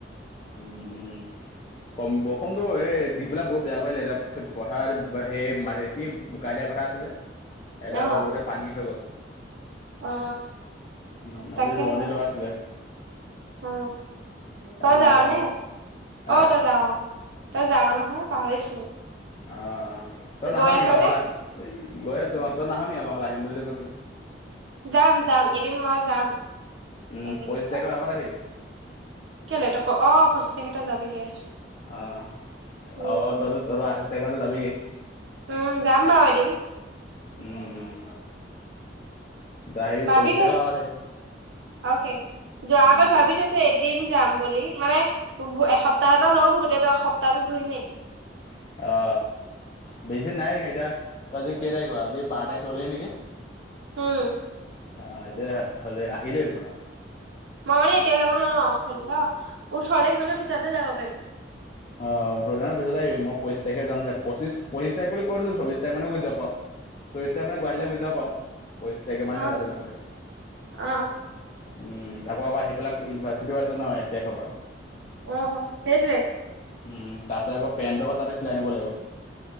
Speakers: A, on the left (about 35°); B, on the right (about 75°).
A: উম উম কম বৰষুণটো এই দি বোলা বহুত বেয়া কৰিলে এতিয়া ফি পথাৰ বা সেই মাটি কি বোকা দিয়া কথা আছিলে। এটা
B: অ
A: ভাগবতে পানী হৈ গ'ল।
B: অ
A: উম
B: তাকেহে
A: আজি ৰোৱনী লগাইছিলে।
B: অ
A: কাইলৈ
B: তই যাৱানে?
A: আগতে হে
B: অ তই যা অ। তই যাও নহয় পাহৰিছিলো।
A: অ তই নাহ
B: গৈ
A: নেকি
B: আছ
A: আমাৰ
B: নে
A: ফালে? গৈ আছো অহঁ ত নাহ নেকি আমাৰ ঘৰলৈ আহিম বুলি যে কৈছিলি?
B: যাম যাম এদিন মই যাম,
A: উম
B: এদিনটো।
A: পঁচিছ তাৰিখৰ আগত আহিবি
B: কেলে তক অঁ পঁচিছ তাৰিখে ত‌ই যাবিগে।
A: অহ,
B: উম
A: অ তই ত তই আঠাইছ তাৰিখ মান যাবিগি।
B: উম যাম বাৰু এদিন।
A: উম উম। আহি
B: ভাবি
A: পঁচিছ তাৰিখৰ
B: থৈছো,
A: আগত আহিবি
B: অকে যোৱা আগত
A: উম
B: ভাবি থৈছো এদ দিন যাম বুলি মানে গো এসপ্তাহ এটা লম গোটেই এসপ্তাহত ঘূৰিমেই।
A: অ। অ বেছি নাই নি এতিয়া আজি কেই তাৰিখ হয় আজি বাৰ তাৰিখ হলে নেকি?
B: উম।
A: আ এতিয়া হ হলে আহিলেই দেখুন।
B: মই মানে এতিয়া যাব নোৱাৰ, ষোল্ল ওঠৰ তাৰিখমানৰ পিছতে যাব পাৰিম।
A: অ ওঠৰ দিনৰ পিছতে আহিবি, মই পচিছ তাৰিখে যাম যে, পচিছ পচিছ তাৰিখ বুলি কত গল চৌবিশ তাৰিখ মানত গৈ যা পাওঁ, চৌবিশ তাৰিখ মানত গুৱাহাটীলৈ গৈ যা পাওঁ। পঁচিছ তাৰিখ মানে
B: অ
A: <unintelligible>
B: অ
A: উম তাৰপৰা আকৌ আহি পেলাই ইউনিভাৰ্চিটিও আছে ন এক তাৰিখৰ পৰা।
B: অ সেইটোৱে।
A: উম তাতে আকৌ পেণ্টৰ তাতে চিলাই নিব লাগিব।